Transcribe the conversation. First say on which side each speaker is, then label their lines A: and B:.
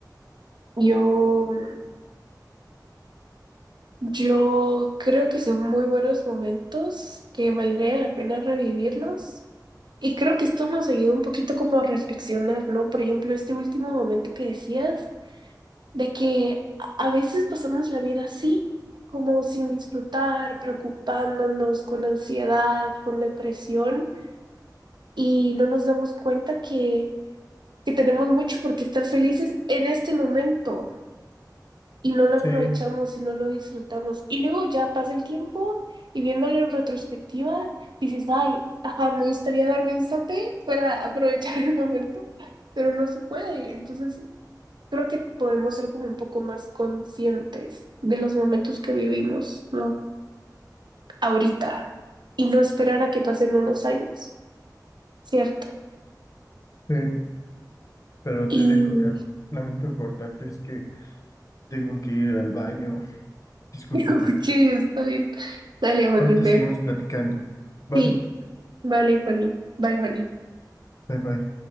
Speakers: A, on the right; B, on the left.
A: Yo, yo creo que son muy buenos momentos que valdría la pena revivirlos. Y creo que esto nos ayuda un poquito como a reflexionar, ¿no? Por ejemplo, este último momento que decías, de que a a veces pasamos la vida así, como sin disfrutar, preocupándonos, con ansiedad, con depresión, y no nos damos cuenta que, que tenemos mucho por qué estar felices en este momento. y no lo
B: Sí.
A: aprovechamos y no lo disfrutamos. Y luego ya pasa el tiempo y viéndolo en retrospectiva, dices, ay, ajá, me gustaría darme un zape para <laughs> aprovechar el momento, pero no se puede. Entonces, creo que podemos ser como un poco más conscientes de los momentos que vivimos, ¿no? Ahorita y no esperar a que pasen unos años, ¿cierto?
B: Sí. pero
A: Y
B: te dejo, Kat. Lamento cortarte, es que tengo que ir al baño. Disculpa,
A: <laughs>
B: Kat.
A: sí, está bien. Dale, Juaní,
B: Ahorita
A: ve.
B: seguimos platicando, ¿vale?
A: Sí, vale, Juaní. Bye, Juaní.
B: Bye bye.